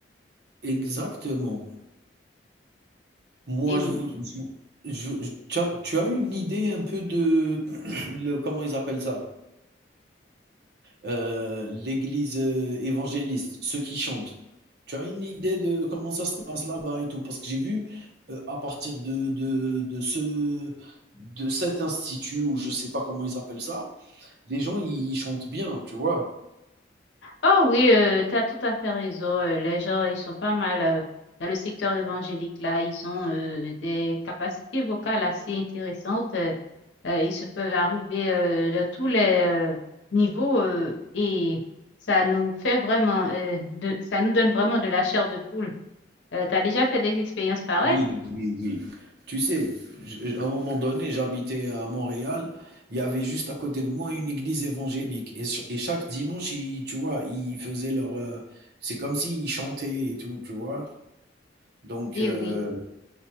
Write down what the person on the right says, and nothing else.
exactement. Moi,
je vous je vous- je je tu as tu as une idée un peu de <clears throat> le comment ils appellent ça? Heu, l'église, heu, évangéliste, ceux qui chantent. Tu as une idée de comment ça se passe là-bas et tout? Parce que j'ai vu, heu, à partir de de de ce de cet institut ou je sais pas comment ils appellent ça, les gens ils chantent bien, tu vois?
Oui, oui, oui. Tu sais, je- à un moment donné, j'habitais à Montréal. Il y avait juste à côté de moi une église évangélique. Et, ch- et chaque dimanche, ils- tu vois, ils faisaient leur... euh, c'est comme s'ils chantaient et tout, tu vois. Donc,
euh,